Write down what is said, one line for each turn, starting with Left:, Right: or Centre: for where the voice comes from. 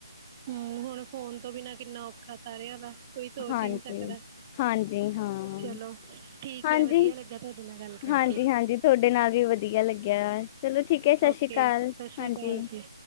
Right: ਹਮ ਹੁਣ ਫੋਨ ਤੋਂ ਬਿਨਾਂ ਕਿੰਨਾ ਔਖਾ ਸਾਰਿਆਂ ਦਾ ਕੋਈ ਸੋਚ
Left: ਹਾਂਜੀ
Right: ਹੀ ਨਹੀਂ ਸਕਦਾ
Left: ਹਾਂਜੀ ਹਾਂ
Right: ਚਲੋ ਠੀਕ
Left: ਹਾਂਜੀ
Right: ਆ ਵਧੀਆ ਲੱਗਾ ਤੁਹਾਡੇ ਨਾਲ ਗੱਲ ਕਰਕੇ
Left: ਹਾਂਜੀ ਹਾਂਜੀ ਤੁਹਾਡੇ ਨਾਲ ਵੀ ਵਧੀਆ ਲੱਗਿਆ ਚਲੋ ਠੀਕ ਹੈ ਸਤਿ
Right: ਓਕੇ
Left: ਸ਼੍ਰੀ ਅਕਾਲ
Right: ਸਤਿ ਸ੍ਰੀ
Left: ਹਾਂਜੀ
Right: ਅਕਾਲ ਜੀ